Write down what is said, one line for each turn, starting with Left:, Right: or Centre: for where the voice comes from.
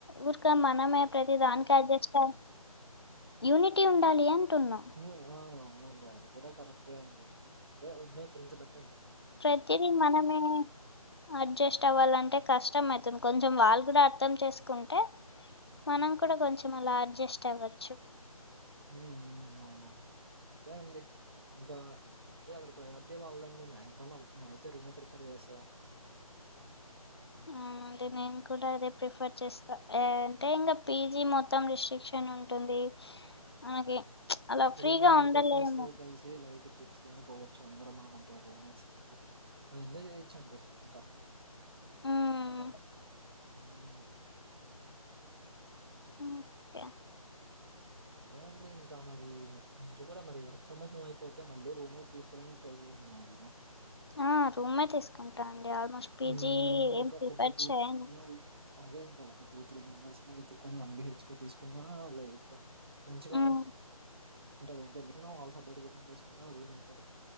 Left: ఊరికే మనమే ప్రతి దానికి అడ్జస్ట్ అయ్ యూనిటీ ఉండాలి అంటున్నా
Right: మ్మ్ ఆ అవునండి అది కూడా కరెక్టే అండి ఏ ఉండే ఫ్రెండ్స్ బట్టి అండి ఇంక
Left: ప్రతిదీ మనమే అడ్జస్ట్ అవ్వాలంటే కష్టం అయితుంది కొంచెం వాళ్ళు కూడా అర్థం చేసుకుంటే మనం కూడా కొంచెం అలా అడ్జస్ట్ అవ్వచ్చు
Right: ఉమ్మ్ ఉమ్మ్ అవునండి తే అండి ఇంకా తే ఎవరి ప్రయారిటీ వాళ్లదండి మాక్సిమమం నేనయితే రూమే ప్రిఫర్ చేస్తా <inaudible>
Left: ఆ అంటే నేను కూడా అదే ప్రిఫర్ చేస్తా య అంటే ఇంకా పీజీ మొత్తం రిస్ట్రిక్షన్ ఉంటుంది మనకి అలా ఫ్రీగా
Right: రూమ్ అనుకో
Left: ఉండలేము
Right: ఫ్రెండ్స్‌తో కలిసి లైక్ ట్రిప్ కి అయినా పోవచ్చు అందరం అనుకుంటే రూమ్మేట్స్ బా ఎంజాయ్ చేయొచ్చండి ఇంకా
Left: హ్మ్
Right: అలా ఉమ్మ్
Left: ఓకే
Right: అదే అండి ఇంకా మరి మీరు కూడా మరి వర్క్ ఫ్రమ్ హోమ్ అయిపోతే మళ్ళీ రూమే. తీసుకోవడానికి ట్రై చేయండి మ్యాజిమమ్.
Left: ఆ రూమే తీసుకుంటాండి ఆల్మోస్ట్ పీజీ
Right: హ్మ్. ఒక
Left: ఏం ప్రిపేర్
Right: ఒక
Left: చేయను.
Right: హ్మ్. అదే ఇంకా ఒక టూ త్రీ మెంబర్స్ ని వెతుకొని వన్ బిహెచ్ కి తీసుకున్నా లైక్. మంచిగా
Left: హ్మ్
Right: ఉ. ఉంటది అంటే మం వాళ్ళు సపరేట్ బుకింగ్ చేసుకున్న రూమ్ అయితే